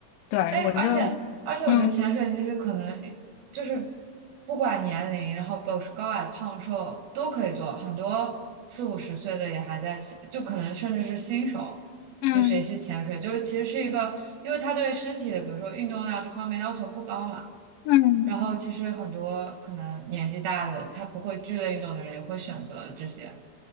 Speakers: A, on the left; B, on the right.
A: 对，
B: 但而且而且，
A: 我就，嗯
B: 我觉得潜水其实可能就是不管年龄，然后保持高矮胖瘦都可以做，很多四五十岁的也还在潜，就可能甚至是新手就学习潜水，
A: 嗯
B: 就是其实是一个，因为它对身体的，比如说运动量这方面要求不高嘛。
A: 嗯，
B: 然后其实很多可能年纪大的，他不会剧烈运动的人也会选择这些，